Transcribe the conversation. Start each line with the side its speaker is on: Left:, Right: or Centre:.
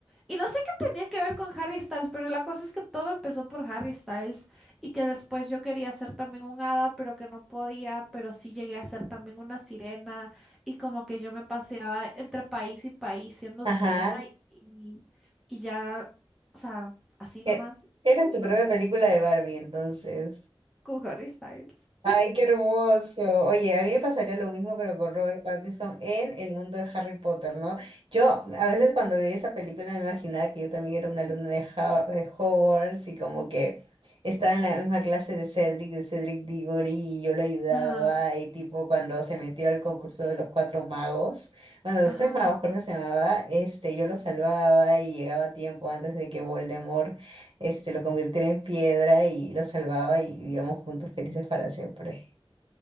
Centre: Y no sé qué tenía que ver con Harry Styles, pero la cosa es que todo empezó por Harry Styles y que después yo quería ser también un hada, pero que no podía, pero sí llegué a ser también una sirena y como que yo me paseaba entre país y país siendo sirena
Right: Ajá.
Centre: y, y ya, o sea, así nomás,
Right: E- Eres tu propia
Centre: no sé,
Right: película de Barbie, entonces.
Centre: con Harry Styles.
Right: Ay, qué hermoso. Oye, a mí me pasaría lo mismo, pero con Robert Pattinson en el mundo de Harry Potter, ¿no? Yo a veces cuando veía esa película me imaginaba que yo también era una alumna de, Har- de Hogwarts y como que estaba en la misma clase de Cedric, de Cedric Diggory y yo lo ayudaba
Centre: Ajá,
Right: y tipo cuando se metió al concurso de los cuatro magos, bueno, los
Centre: ajá.
Right: tres magos creo que se llamaba, este, yo lo salvaba y llegaba a tiempo antes de que Voldemort este, lo convirtiera en piedra y lo salvaba y vivíamos juntos felices para siempre.